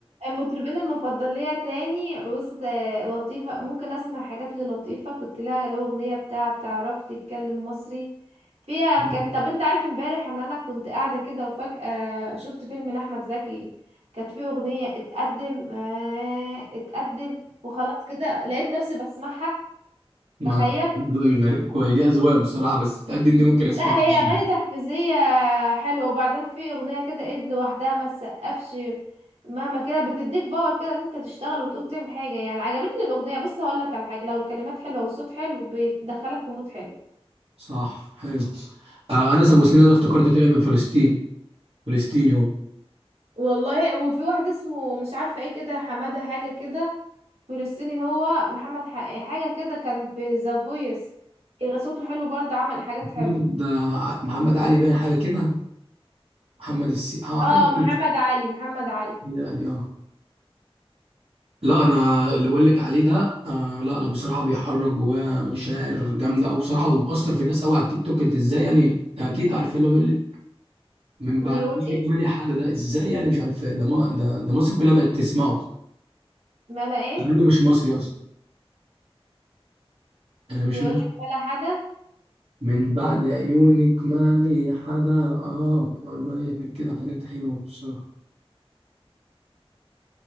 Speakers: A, on the right (about 85°); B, on the right (about 65°).
A: المطربين المفضل ليا تاني بص تا- لطيفة ممكن اسمع حاجات للطيفة كنت لها الأغنية بتاعة تعرف تتكلم مصري فيها
B: غير-
A: كانت
B: <laughs>
A: طب انت عارف امبارح ان انا كنت قاعدة كده وفجأة شفت فيلم لأحمد زكي كانت فيه أغنية اتقدم آه اتقدم وخلاص كده لقيت نفسي بسمعها
B: ما
A: تخيل
B: ذوقي غريب كويس دي أذواق بصراحة بس تقدم دي ممكن أسمعها
A: لا هي
B: يعني.
A: اغاني تحفيزيه حلوه وبعدين في اغنيه كده ايد لوحدها ما تسقفش مهما كده بتديك باور كده ان انت تشتغل وتقوم تعمل حاجه يعني عجبتني الاغنيه بص هقول لك على حاجه لو الكلمات حلوه والصوت حلو بيدخلك في مود حلو
B: صح حلو آه أنس أبو سنين ده افتكرت طلع من فلسطين فلسطيني هو
A: والله وفي واحد اسمه مش عارفه ايه كده حماده حاجه كده فلسطيني هو محمد ح- حاجه كده كان في ذا فويس صوته حلو برضه عمل حاجات
B: محمد
A: حلوه
B: آه، محمد علي باين حاجة كده محمد السي اه حاجه
A: اه
B: كده
A: محمد علي محمد علي
B: يعني اه لا انا اللي بقول لك عليه ده آه لا لا بصراحه بيحرك جوايا مشاعر جامده قوي بصراحه ومأثر في الناس قوي على التيك توك انت ازاي يعني اكيد عارف اللي هو بيقول لك من
A: بيقول
B: بعد ميلك
A: ايه
B: مالي حد ده ازاي يعني مش عارف ده ما ده, ده مصر كلها بقت تسمعه
A: ملا ايه
B: لانه مش مصري اصلا يعني
A: بيقول
B: مش مصري
A: لك ملا حدا
B: من بعد عيونك مالي حدا اه بيقعد بقى يعمل كده حاجات حلوه بصراحه